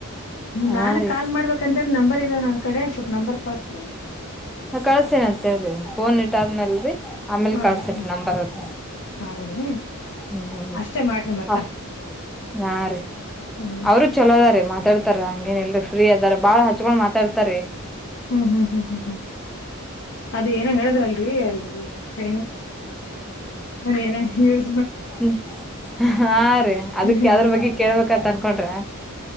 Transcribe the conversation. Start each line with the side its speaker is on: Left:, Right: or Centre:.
Centre: ಹಾ
Left: ನಾನ
Centre: ರೀ
Left: ಕಾಲ್ ಮಾಡ್ಬೇಕಂದ್ರೀ ನಂಬರ್ ಇಲ್ಲ ನನ್ ಕಡೆ ಸ್ವಲ್ಪ ನಂಬರ್ ಕಳ್ಸ್ರಿ
Centre: ಹಾ ಕಳಿಸ್ತೀನಿ ಅಂತ ಹೇಳ್ರಿ ಫೋನ್ ಇಟ್ಟ ಆದ್ಮೇಲ್ರಿ ಆಮೇಲ್
Left: ಹ್ಮ್
Centre: ಕಳ್ಸೇನ್ರಿ
Left: ಹ್ಮ್ ಹ್ಮ್
Centre: ನಂಬರ್ ಅವ್ರಗೆ
Left: ಹೌದ್ರಿ
Centre: ಹ್ಮ್
Left: ಅಷ್ಟೇ ಮಾಡ್ರಿ ಮತ್ತ
Centre: ಹ ಆ ಹರೀ
Left: ಹ್ಮ್
Centre: ಅವರು ಚಲೋದಾರ ಮಾತಾಡ್ತಾರ ಹಂಗೇನ್ಲ್ರ ಫ್ರೀ ಅದಾರ ಬಾಳ ಹಚ್ಕೊಂಡ್ ಮಾತಾಡ್ತಾರೆ
Left: ಹ್ಮ್ ಹ್ಮ್ ಹ್ಮ್ ಹ್ಮ್ ಹ್ಮ್ ಅದ ಏನಂಗ ಹೇಳದ್ರ ಅಲ್ರಿ ಅಲ್ಲಿ ಮತ್ತೆ ಏನಾರ ಹೇಳು
Centre: ಹ್ಮ ಹಾ ರೀ ಅದಕ್ಕೆ
Left: ಹ್ಮ್
Centre: ಅ್ರ ಬಗ್ಗೆ ಕೇಳ್ಬೇಕತ್ ಅನ್ಕೊಂಡ್ರೆ